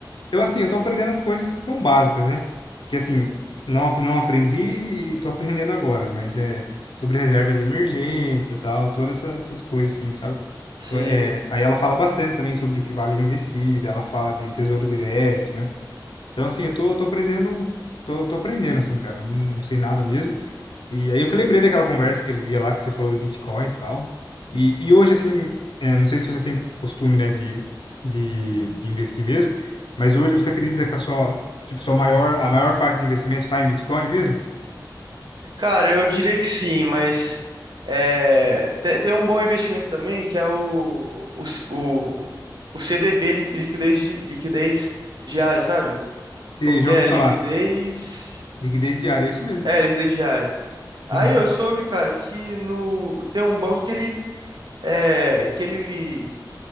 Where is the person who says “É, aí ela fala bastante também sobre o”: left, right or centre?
Left